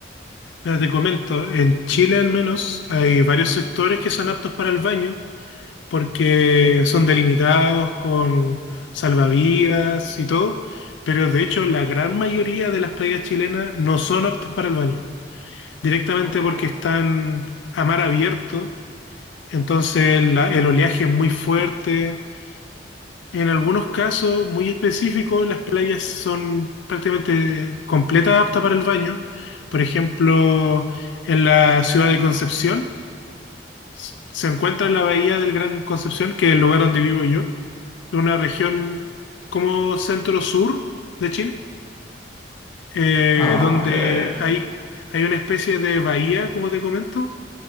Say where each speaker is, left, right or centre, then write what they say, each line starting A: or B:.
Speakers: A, on the left; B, on the left.
A: Mira, te comento, en Chile al menos hay varios sectores que son aptos para el baño porque son delimitados con salvavidas y todo, pero de hecho la gran mayoría de las playas chilenas no son aptas para el baño, directamente
B: Oh,
A: porque
B: oh.
A: están a mar abierto, entonces la- el oleaje es muy fuerte. En algunos casos muy específicos, las playas son prácticamente completas aptas para el baño. Por ejemplo, en la ciudad de Concepción, s- se encuentra la bahía del Gran Concepción, que es el lugar donde vivo yo, una región como centro-sur de Chile, eh,
B: Ah,
A: donde
B: ya, ya.
A: hay, hay una especie de bahía, como te comento,